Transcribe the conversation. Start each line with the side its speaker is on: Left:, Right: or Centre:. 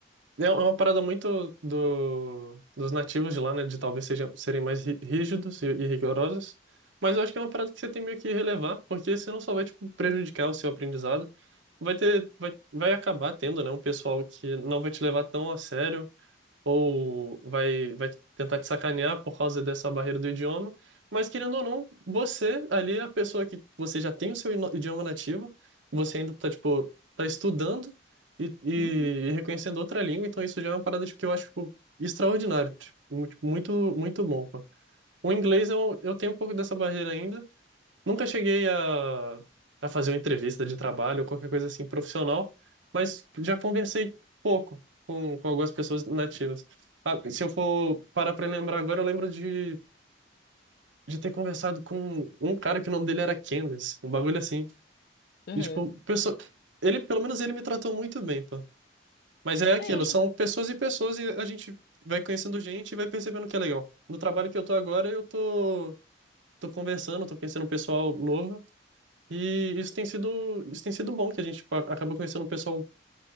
Right: É é uma parada muito do, dos nativos de lá, né? De talvez sejam, serem mais ri- rígidos e, e rigorosos. Mas eu acho que é uma parada que você tem meio que relevar, porque senão só vai, tipo, prejudicar o seu aprendizado. Vai ter, vai, vai acabar tendo, né? Um pessoal que não vai te levar tão a sério ou vai, vai tentar te sacanear por causa dessa barreira do idioma. Mas querendo ou não, você ali, é a pessoa que você já tem o seu ino- idioma nativo, você ainda tá, tipo, tá estudando e, e,
Left: Uhum.
Right: reconhecendo outra língua, então isso já é uma parada tipo, que eu acho, tipo, extraordinário, tipo, mu- muito, muito bom, pô. O inglês eu, eu tenho um pouco dessa barreira ainda, Nunca cheguei a, a fazer uma entrevista de trabalho ou qualquer coisa assim profissional, mas já conversei pouco com, com algumas pessoas nativas. Ah, se eu for parar pra lembrar agora, eu lembro de, de ter conversado com um cara que o nome dele era Candace, um bagulho assim.
Left: Uhum.
Right: E, tipo, pessoa, ele, pelo menos ele me tratou muito bem, pô. Mas é aquilo,
Left: É, eu já...
Right: são pessoas e pessoas e a gente vai conhecendo gente e vai percebendo que é legal. No trabalho que eu tô agora, eu tô, tô conversando, tô conhecendo um pessoal novo. E isso tem sido, isso tem sido bom, que a gente tipo, acaba conhecendo um pessoal